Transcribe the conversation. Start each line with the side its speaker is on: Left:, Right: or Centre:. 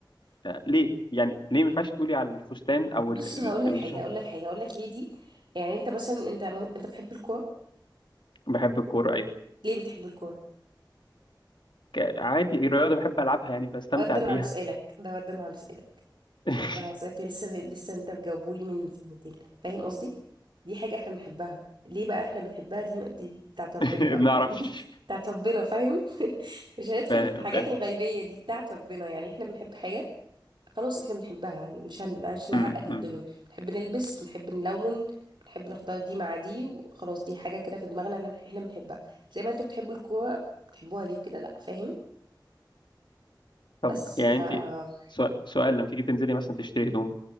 Left: آه، ليه يعني ليه ما ينفعش تقولي على الفستان او
Right: بص
Left: ال... ال...
Right: هقول لك
Left: ال...
Right: حاجة
Left: الش-
Right: هقول لك حاجة هقول لك ليه دي يعني انت مثلا انت ممكن... انت بتحب الكورة
Left: بحب الكوره ايوه
Right: ليه بتحب الكورة
Left: ك- عادي الرياضه بحب العبها يعني بستمتع
Right: ردا
Left: بيها
Right: على سؤالك ده ردا على سؤالك
Left: <laughs>
Right: انا وصلت لسه لسه انت بجاوبولي من سنتين فاهم قصدي دي حاجه احنا بنحبها ليه بقى احنا بنحبها دي دي بتاعت ربنا
Left: ما
Right: بقى <laughs>
Left: اعرفش
Right: يعني بتاعت ربنا فاهم <laughs> مش هندخل
Left: فاهم
Right: في الحاجات
Left: فاهم
Right: الغيبيه دي بتاعت ربنا يعني احنا بنحب حاجه خلاص احنا بنحبها مش هن... مش هنعقد
Left: م-
Right: الدنيا
Left: م.
Right: بنحب نلبس بنحب نلون بنحب نختار دي مع دي وخلاص دي حاجه كده في دماغنا احنا احنا بنحبها زي ما انتوا بتحبوا الكوره بتحبوها ليه كده لا فاهم
Left: طب
Right: بس
Left: يعني
Right: ف <laughs>
Left: انت سؤال لما تيجي تنزلي مثلا تشتري هدوم